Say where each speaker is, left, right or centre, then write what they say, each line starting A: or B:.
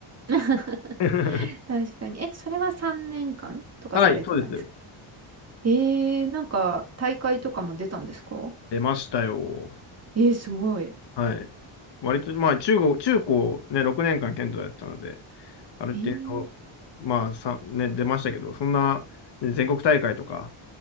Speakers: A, on the right; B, on the left.
A: <laughs>
B: <laughs>
A: 確かに。え、それは3年間とかされてたんですか
B: はい、そうです。
A: えー、なんか大会とかも出たんですか
B: 出ましたよ。
A: えー、すごい。
B: はい。割と、まあ中高、中高ね、6年間剣道やってたので、ある程度、
A: えー、
B: まあさ、ね、出ましたけど、そんな、ね全国大会とか、